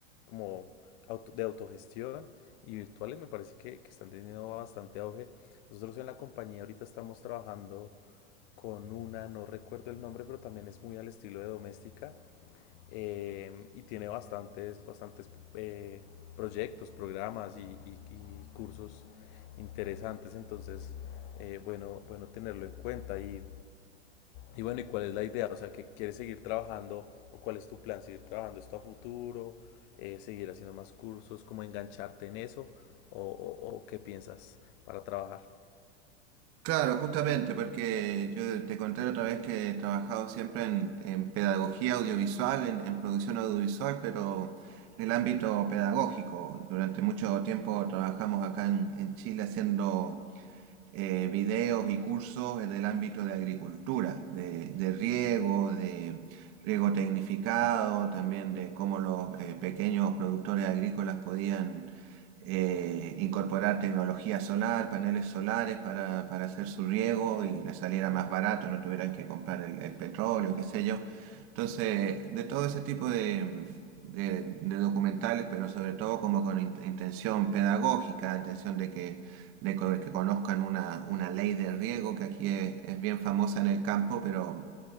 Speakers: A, on the left; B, on the right.
A: como auto- de autogestión y virtuales me parece que, que están teniendo bastante auge. Nosotros en la compañía ahorita estamos trabajando con una, no recuerdo el nombre, pero también es muy al estilo de doméstica em, y tiene bastantes, bastantes eh, proyectos, programas y, y- y cursos interesantes. Entonces, eh, bueno, bueno tenerlo en cuenta y y bueno, ¿y cuál es la idea? O sea, que quieres seguir trabajando o cuál es tu plan, seguir trabajando esto a futuro, Eh, seguir haciendo más cursos, cómo engancharte en eso o, o- o qué piensas para trabajar.
B: Claro, justamente, porque yo te conté la otra vez que he trabajado siempre en, en pedagogía audiovisual, en, en producción audiovisual, pero en el ámbito pedagógico. Durante mucho tiempo trabajamos acá en, en Chile haciendo eh, videos y cursos en el ámbito de agricultura, de, de riego, de riego tecnificado, también de cómo los eh, pequeños productores agrícolas podían eh, incorporar tecnología solar, paneles solares para, para hacer su riego y les saliera más barato, no tuvieran que comprar el, el petróleo, qué sé yo. Entonces, de todo ese tipo de, de- de documentales, pero sobre todo como con intención pedagógica, intención de que de que conozcan una, una ley de riego que aquí es, es bien famosa en el campo, pero